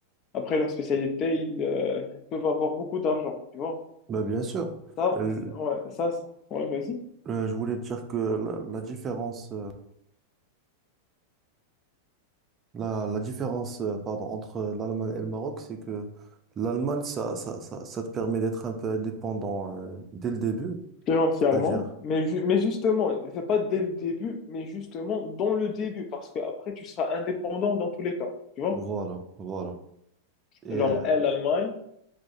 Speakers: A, on the left; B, on the right.
A: après leur spécialité, ils euh, peuvent avoir beaucoup d'argent, tu vois.
B: Ben, bien sûr.
A: Ça,
B: Euh,
A: c'est- ouais, ça, c'est- ouais, vas-y.
B: euh, je voulais te dire que la, la différence, euh, la, la différence, euh, pardon, entre l'Allemagne et le Maroc, c'est que l'Allemagne, ça, ça, ça, ça te permet d'être un peu indépendant euh, dès le début.
A: Financièrement,
B: C'est-à-dire,
A: mais, ju- mais justement, c'est pas dès le début, mais justement dans le début, parce que après tu seras indépendant dans tous les cas, tu vois?
B: voilà, voilà. Et
A: Genre,
B: Ouais.
A: elle, l'Allemagne,